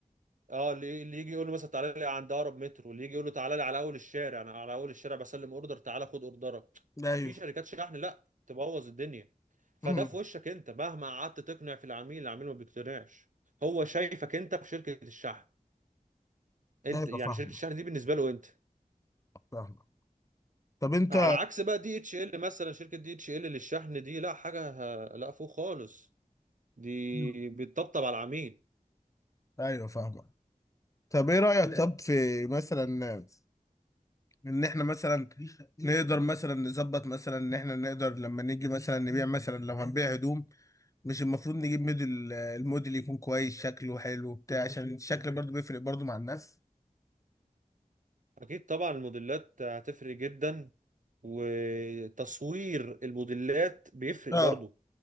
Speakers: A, on the right (about 65°); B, on the left (about 20°).
A: اه اللي اللي يجي يقول له مثلا تعالى لي عند اقرب مترو اللي يجي يقول له تعالى لي على اول الشارع انا على اول الشارع بسلم اوردر تعالى خد اوردرك
B: لا ايوه
A: في شركات شحن لا تبوظ الدنيا فده
B: امم
A: في وشك انت مهما قعدت تقنع في العميل العميل ما بيقتنعش هو شايفك انت في شركة الشحن انت
B: لا يبقى
A: يعني
B: فاهمه
A: شركة الشحن دي بالنسبة له انت
B: فاهمه طب انت
A: على عكس بقى دي اتش ال مثلا شركة دي اتش ال للشحن دي لا حاجة ه- لا فوق خالص دي
B: مم.
A: بتطبطب على العميل
B: ايوه فاهمك طب ايه رأيك لا طب في مثلا ان احنا مثلا نقدر مثلا نظبط مثلا ان احنا نقدر لما نيجي مثلا نبيع مثلا لو هنبيع هدوم مش المفروض نجيب موديل الموديل يكون كويس شكله حلو بتاع عشان الشكل برضو بيفرق برضو مع الناس
A: اكيد طبعا الموديلات هتفرق جدا وتصوير الموديلات بيفرق
B: اه
A: برضو